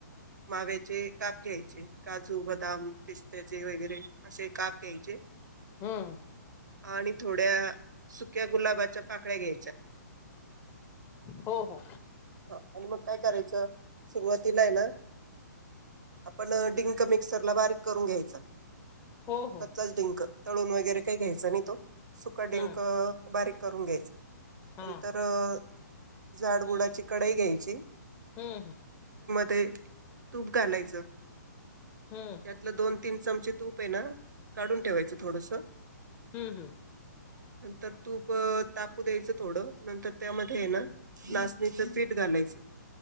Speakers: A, on the right; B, on the left.
A: माव्याचे काप घ्यायचे, काजू, बदाम, पिस्त्याचे वगैरे असे काप घ्यायचे.
B: हूं.
A: आणि थोड्या सु क्या गुलाबाच्या पाकळ्या घ्यायच्या
B: हो हो
A: आणि मग काय करायचं? सुरुवातीला आहे ना, आपण डिंक मिक्सर ला बारीक करून घ्यायचा.
B: हो हो
A: कच्चाच डिंक. तळून वगैरे काही घ्यायचा नाही तो. सुका
B: हा
A: डिंक- बारीक करून घ्यायचं.
B: हा
A: नंतर अ - जाड बुडाची कढाई घ्यायची.
B: हम् हम.
A: ते तूप घालायचं.
B: हम्म
A: त्यातलं दोन तीन चमचे तूप आहे ना, काढून ठेवायचं, थोडस.
B: हम्म हम्म.
A: नंतर- तूप अ तापू द्यायचं थोडं नंतर त्यामध्ये आहे ना, नाचणीच पीठ घालायचं.